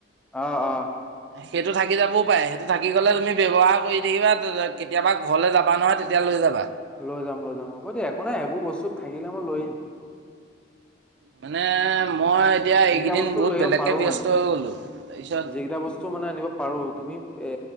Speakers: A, in the centre; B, on the right (about 60°).
A: অ অ
B: সেইটো থাকি যাব পাৰে, সেইটো থাকি গ'লে তুমি ব্যৱহাৰ কৰি থাকিবা কেতিয়াবা ঘৰলৈ যাবা নহয় তেতিয়া লৈ যাবা।
A: লৈ যাম- লৈ যাম হ'ব দিয়া একো নাই এইবোৰ বস্তু থাকিলে মই লৈ আহিম।
B: মানে মই এতিয়া,
A: যিকেইটা
B: এইকেইদিন
A: বস্তু
B: বহুত
A: লৈ
B: বেলেগকে
A: আহিব পাৰো
B: ব্যস্ত
A: মানে
B: হৈ গ'লো। তাৰপিছত
A: যিকেইটা বস্তু মানে আনিব পাৰো তুমি এ